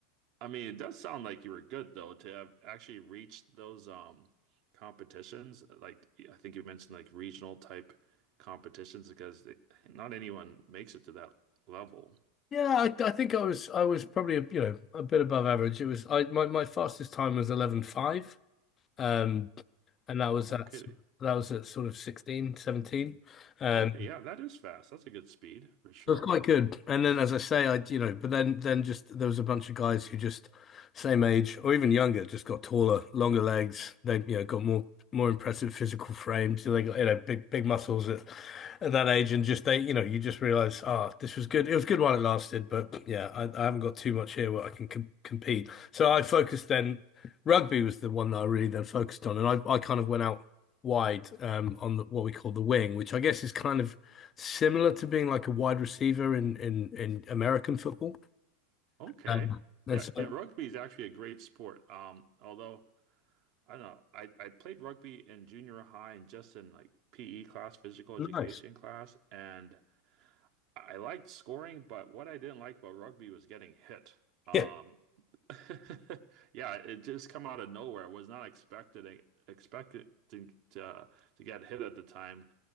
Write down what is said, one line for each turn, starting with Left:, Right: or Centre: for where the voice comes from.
Right: I mean, it does sound like you were good though to have actually reached those um competitions. Like I think you mentioned like regional type competitions because it, not anyone makes it to that level.
Left: Yeah, I, I think I was I was probably a, you know a bit above average. It was I my, my fastest time was 11.5, um, and that was
Right: Okay.
Left: at that was at sort of 16 17. Um,
Right: Okay, yeah, that is fast. That's a good speed for sure.
Left: it was quite good. And then, as I say, I, you know, but then, then just there was a bunch of guys who just same age or even younger, just got taller, longer legs. They, you know, got more, more impressive physical frames. They got, you know, big, big muscles at, at that age. And just they, you know, you just realize, ah, this was good. It was good while it lasted, but yeah, I, I haven't got too much here where I can com compete. So I focused then, rugby was the one that I really then focused on. And I, I kind of went out wide um, on the, what we call the wing, which I guess is kind of similar to being like a wide receiver in in in American football.
Right: Okay.
Left: Um, and
Right: Yeah,
Left: so
Right: yeah, rugby is actually a great sport. Um, although I don't know, I, I played rugby in junior high and just in like PE class, physical education
Left: nice.
Right: class, and I liked scoring, but what I didn't like about rugby was getting hit. Um,
Left: Yeah,
Right: <laughs> yeah, it just come out of nowhere. I was not expecting expecting to, to to get hit at the time.